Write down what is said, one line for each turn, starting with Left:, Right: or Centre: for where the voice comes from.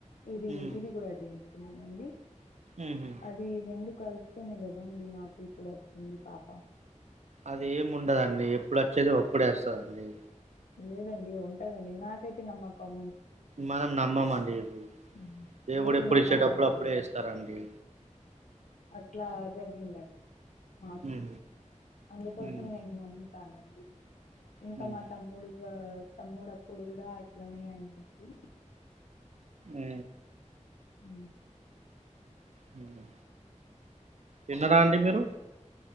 Left: ఇది
Right: హ్మ్
Left: ఇది కూడా చేయించుకున్నాం అండి
Right: ఉహూ
Left: అది రెండు కలిస్తేనే కదాండి మాకు ఇప్పుడు వచ్చింది పాప
Right: అది ఏముండదండి ఎప్పుడు వచ్చేది ఒప్పుడేస్తదండి
Left: లేదండి ఉంటదండి ఇన్కైతే నమ్మక్కం
Right: మనం నమ్మమండి ఇది
Left: హ్మ్.
Right: దేవుడు
Left: మీరు
Right: ఎప్పుడు
Left: నమ్మకండి
Right: ఇచ్చేటప్పుడు అప్పుడే ఇస్తారంండి
Left: అట్లా జరిగిందండి మాకు
Right: హ్మ్
Left: అందుకోసం
Right: హ్మ్
Left: నేను నమ్ము తనండి ఇంకా
Right: హ్మ్
Left: మా తమ్ముడు తమ్ముడప్పుడు కూడా అట్లనే అయిందండి
Right: అ
Left: అ
Right: హ్మ్ తిన్నారా అండి మీరు